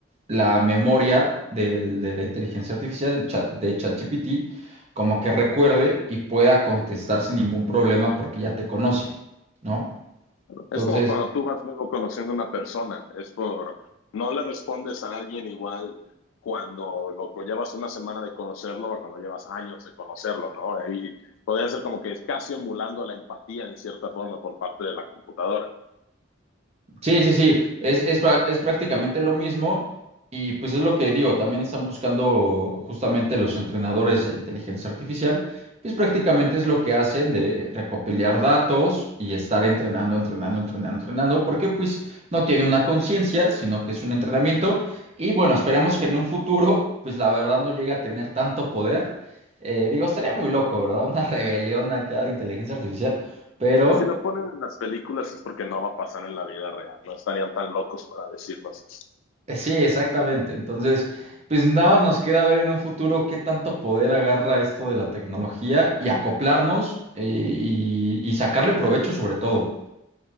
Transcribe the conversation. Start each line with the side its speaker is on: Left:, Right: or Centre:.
Right: la memoria del- de la inteligencia artificial el chat, de ChatGPT, como que recuerde y pueda contestar sin ningún problema porque ya te conoce, ¿no?
Left: Es
Right: Entonces,
Left: como cuando tú vas luego conociendo a una persona, es por, no le respondes a alguien igual cuando lo co- llevas una semana de conocerlo o cuando llevas años de conocerlo, ¿no? Ahí podría ser como que es casi emulando la empatía en cierta forma por parte de la computadora.
Right: Sí, sí, sí, es, es, pra- es prácticamente lo mismo y pues es lo que digo, también están buscando justamente los entrenadores de inteligencia artificial, pues prácticamente es lo que hacen de recopilar datos y estar entrenando, entrenando, entrenando, entrenando, porque pues no tiene una conciencia, sino que es un entrenamiento y bueno, esperemos que en un futuro pues la verdad no llegue a tener tanto poder. Eh, digo, estaría muy loco, ¿verdad? Una <laughs> rebelión acá de inteligencia artificial, pero...
Left: Si lo ponen en las películas es porque no va a pasar en la vida real, no estarían tan locos para decirnos eso.
Right: Eh, Sí, exactamente. Entonces, pues nada, nos queda ver en un futuro qué tanto poder agarra esto de la tecnología y acoplarnos eh, y, y sacarle provecho sobre todo.